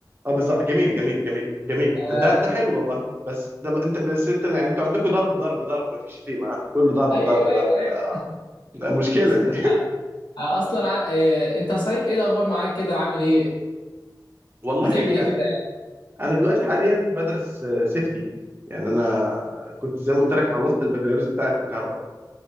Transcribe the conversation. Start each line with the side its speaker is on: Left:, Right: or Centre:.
Right: اه بالظبط جميل جميل جميل جميل
Left: آه
Right: ده ده حلو والله بس ده ب- انت بس انت يعني انتوا عندكم ضرب ضرب ضرب مفيش شتيمه ها؟ كله ضرب
Left: أيوه
Right: ضرب ضرب
Left: أيوه أيوه
Right: ده ده مشكله دي
Left: آه آه، أصلا ع... آه أنت صحيح إيه الأخبار معاك كده عامل إيه
Right: <laughs> والله
Left: بتعمل
Right: يعني
Left: إيه كده
Right: انا دلوقتي حاليا بدرس سيفتي يعني انا آه، كنت زي ما قلت لك خلصت البكالوريوس بتاعي في الكهرباء